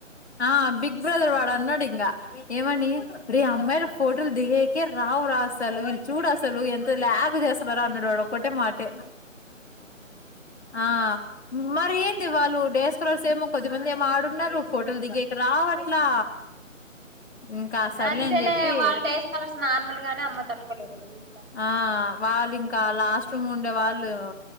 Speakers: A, on the left (about 55°); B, on the right (about 45°).
A: ఆ బిగ్ బ్రదర్ వాడు అన్నాడు ఇంకా ఏమని రేయ్ అమ్మాయిల ఫోటోలు దిగాకే రా రావురా అసలు వీళ్ళు చూడు అసలు ఎంత లాగ్ చేస్తున్నరో అన్నడు వాడు ఒక్కటే మాటే ఆ మరి ఏంది వాళ్ళు డే స్కాలర్స్ ఏమో కొద్దిమంది ఏమో ఆడున్నరు ఫోటోలు దిగాక రావట్లా ఇంకా సర్లే
B: అంతేలే
A: అని చెప్పి
B: వాళ్ళు డే స్కాలర్స్ నార్మల్ గానే అమ్మో తట్టుకోలేము ఇప్పుడు అక్కడక్కడ
A: ఆహ్ వాళ్లింకా ఇంకా లాస్ట్ రూమ్ ఉండే వాళ్ళు